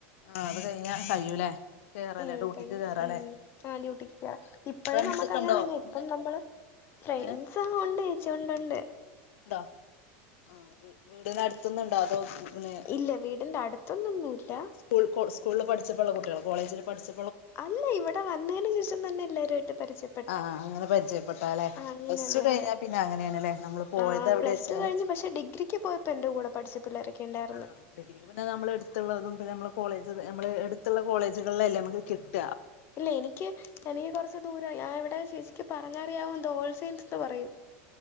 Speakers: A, on the left; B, on the left.
A: ആ, അത് കഴിഞ്ഞാൻ കഴിയൂലേ കേറാലേ
B: ഉം
A: ഡ്യൂട്ടിക്ക്
B: കഴിയും
A: കേറാലേ
B: ഉ ആ ഡ്യൂട്ടിക്ക് കറ
A: ഫ്രണ്ട്സ്
B: നമ്മുക്ക്
A: ഒക്കെ
B: അങ്ങനെയന്ന
A: ഉണ്ടോ അങ്ങനെ
B: ഇപ്പം നമ്മള് ഫ്രണ്ട്സ്
A: ഏഹ്
B: ആ ഉണ്ട് ചേച്ചി, ഒണ്ട് ഒണ്ട്
A: ഉണ്ടോ ആ വീടിനടുത്തുന്നുണ്ടോ അതോ പിന്നെ
B: ഇല്ല വീടിന്റെ അടുത്തൊന്നും ഇല്ല.
A: സ്കൂൾ കോ സ്കൂളിൽ പഠിച്ചപ്പോഴുള്ള കുട്ടികളോ കോളേജിൽ പഠിച്ച
B: അല്ല ഇവിടെ വന്നതിന് ശേഷം തന്നെ എല്ലാവരുമായിയിട്ട് പരിചയപ്പെ
A: ആഹ് ആഹ് അങ്ങനെ പരിചയപ്പെട്ടല്ലെ
B: അങ്ങനെയുള്ളവരെ
A: പ്ലസ്ടു കഴിഞ്ഞാ പിന്നെ അങ്ങനെയാണ്ല്ലേ നമ്മള് പോയത്
B: ആ
A: എവിടെ
B: പ്ലസ്
A: വെച്ചാല്
B: ടു കഴിഞ്ഞ് പക്ഷേ ഡിഗ്രിക്ക് പോയപ്പോ എന്റെ കൂടെ പഠിച്ച പിള്ളേരൊക്കെ ഉണ്ടായിരുന്നു
A: ആഹ് ഡിഗ്രിക്ക് പിന്നെ നമ്മൾ എടുത്തുള്ളതും പിന്നെ നമ്മളെ കോളേജ് നമ്മള് എടുത്തുള്ള കോളേജുകളിലല്ലേ നമുക്ക് കിട്ട.
B: ഇല്ല എനിക്ക് എനിക്ക് കുറച്ച് ദൂരം ഞാ ഇവിടെ ചേച്ചിക്ക് പറഞ്ഞറിയാവും, ഓർസെയിൻസ് എന്ന് പറയും